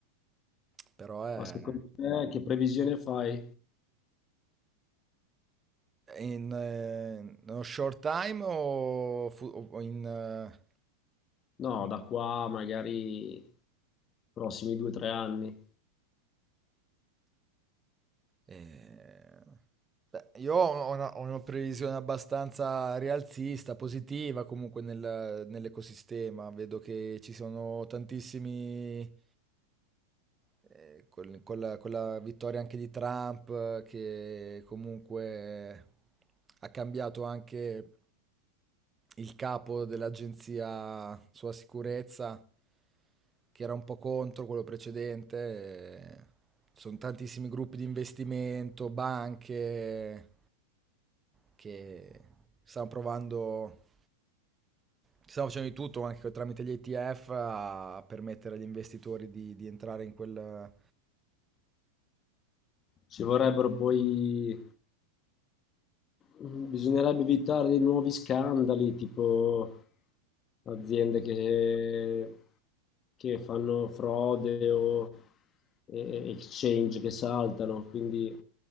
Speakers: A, on the right; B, on the left.
A: però è...
B: Ma secondo te che previsione fai?
A: In, eh, nello short time o, fu- o in... eh,
B: No, da qua magari prossimi due o tre anni.
A: eh, beh, io ho una, ho una previsione abbastanza rialzista, positiva comunque nel- nell'ecosistema. Vedo che ci sono tantissimi eh, con, con la, con la vittoria anche di Trump, eh, che comunque ha cambiato anche il capo dell'agenzia sulla sicurezza, che era un po' contro quello precedente. eh, Sono tantissimi gruppi di investimento, banche che stanno provando. Stiamo facendo di tutto anche tramite gli ETF a permettere agli investitori di, di entrare in quel,
B: Ci vorrebbero poi... Bisognerebbe evitare dei nuovi scandali, tipo aziende che, che fanno frode o eh, exchange che saltano, quindi